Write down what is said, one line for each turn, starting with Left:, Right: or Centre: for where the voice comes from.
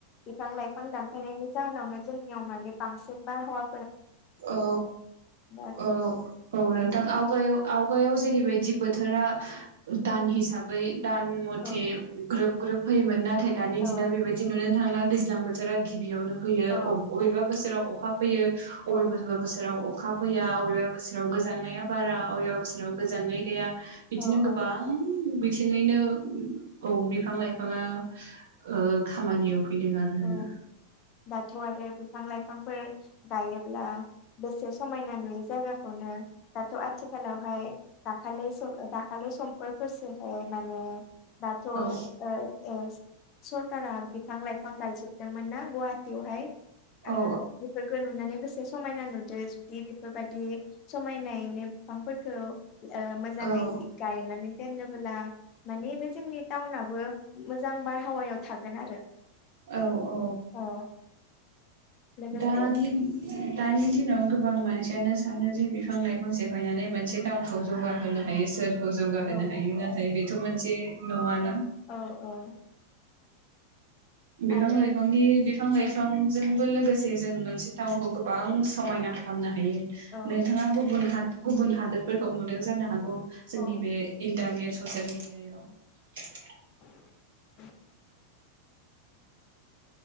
Left: बिफां लाइफां दानफायनायनि जाहोनावनो जोंनियाव माने बांसिन बार हावा
Right: औ
Left: आरो
Right: औ औ नोंथां आवगायाव आवगायाव जेरैबायदि बो- थोरा दान हिसाबै दान मथे
Left: औ
Right: ग्रोब ग्रोब फैयोमोन ना। नाथाय दानि
Left: औ
Right: दिनाव बेबायदि नुनो थांला दैज्लां बोथोरा गिबियावनो फैयो
Left: औ
Right: अब-अबेबा बोसोराव अखा फैयो अबे
Left: औ
Right: बा बोसोराव अखा फैया अबेबा बोसोराव गोजांनाया बारा अबेबा बोसोराव गोजांनाय गैया बिदिनो
Left: औ औ
Right: गोबां हारथिङैनो औ बिफां लाइफाङा ओ खामानियाव बिनि उनाव जोङो
Left: औ दाथ' आरो बिफां लाइफांफोर गायोब्ला बेसे समायना नुयो जायगाखौनो दाथ' आथिखालावहाय दाखालि दाखालि समफोरफोरसोहाय माने दाथ' ओ
Right: औ
Left: सरखारा बिफां लाइ- फां गायजोबदोंमोन ना गुवाहाटियावहाय आरो
Right: औ
Left: बेफोरखौ नुनानैबो समायना नुदों जुदि बेफोरबायदि समायनायैनो बिफांफोरखौ ओ मोजाङै
Right: औ
Left: गायनानै दोनबोला माने बे जोंनि टाउनाबो मोजां बारहावायाव थागोन आरो।
Right: औ औ
Left: औ लोगोसे
Right: दानि दानि दिनाव गोबां मानसि बेखायनो सानो जि बिफां लाइफां सेफायनानै मोनसे टाउनखौ जौगाहोनो हायो सोर खौ जौगाहोनो
Left: औ
Right: हायो नाथाय बेथ' मोनसे नङाना।
Left: औ औ
Right: बिफां
Left: आरो
Right: लाइफांनि बिफां लाइ- फांजोंबो लोगोसे जों मोनसे टाउनखौ गोबां समायना खालामनो हायो।
Left: औ
Right: नोंथाङा गुबुन हाद गुबुन हादोरफोरखौ नुदों जानो हागौ
Left: औ
Right: जोंनि बे इन्टारनेट ससियेल मिडियायाव
Left: <unintelligible>